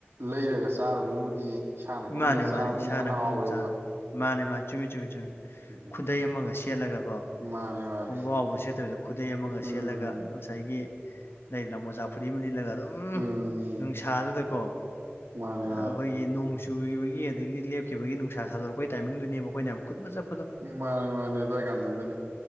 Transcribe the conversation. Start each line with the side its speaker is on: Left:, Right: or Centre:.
Right: ꯂꯩꯔꯒ ꯆꯥꯔꯕꯨꯗꯤ ꯏꯁꯥꯅ ꯈꯨꯜꯂ
Left: ꯃꯥꯅꯦ
Right: ꯆꯥꯕꯗꯨꯅ
Left: ꯃꯥꯅꯦ ꯏꯁꯥꯅ
Right: ꯍꯅ ꯍꯥꯎꯋꯦꯕ
Left: ꯑꯩꯈꯣꯏ ꯃꯆꯥꯅ
Right: ꯫
Left: ꯃꯥꯅꯦ ꯃꯥ ꯆꯨꯃꯤ ꯆꯨꯝꯃꯤ ꯆꯨꯝꯃꯤ꯫
Right: ꯎꯝ
Left: ꯈꯨꯗꯩ ꯑꯃꯒ ꯁꯦꯠꯂꯒ ꯀꯣ
Right: ꯃꯥꯅꯦ ꯃꯥꯅꯦ
Left: ꯈꯣꯡꯒꯥ ꯁꯦꯠꯇꯕꯤꯗ ꯈꯨꯗꯩ ꯑꯃꯒ
Right: ꯎꯝ
Left: ꯁꯦꯠꯂꯒ ꯑꯁ ꯉꯁꯥꯏꯒꯤ꯫ ꯂꯩꯗꯅ ꯃꯣꯖꯥ ꯐꯨꯔꯤ ꯑꯃ ꯂꯤꯠꯂꯒ ꯑꯗꯨꯝ
Right: ꯎꯝ
Left: ꯅꯨꯡꯁꯥꯗꯨꯗꯀꯣ
Right: ꯃꯥꯅꯦ
Left: ꯑꯩꯈꯣꯏ
Right: ꯃꯥꯅꯦ
Left: ꯅꯣꯡ ꯆꯨꯈꯤꯕꯒꯤ ꯑꯗꯒꯤ ꯂꯦꯞꯈꯤꯕꯒꯤ ꯅꯨꯡꯁꯥ ꯁꯥꯗꯣꯔꯛꯄꯒꯤ ꯇꯥꯏꯃꯤꯡꯗꯨꯅꯦꯕ ꯑꯩꯈꯣꯏꯅ ꯈꯨꯠ ꯕ ꯆꯞꯄ
Right: ꯃꯥꯅꯦ ꯃꯥꯅꯦ ꯑꯗꯥꯏ ꯀꯥꯟꯗꯨꯗꯅꯤ